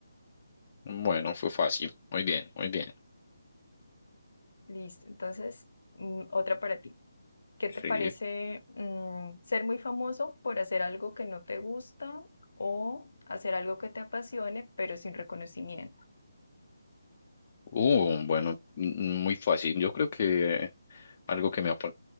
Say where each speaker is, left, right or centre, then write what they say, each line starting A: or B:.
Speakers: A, on the left (about 40°); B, on the left (about 70°).
A: Bueno, fue fácil. Muy bien, muy bien.
B: <laughs> Listo. Entonces, mm, otra para ti. ¿Qué
A: Sí.
B: te parece mm, ser muy famoso por hacer algo que no te gusta o hacer algo que te apasione, pero sin reconocimiento?
A: Uh, bueno, mm, muy fácil. Yo creo que algo que me, apa-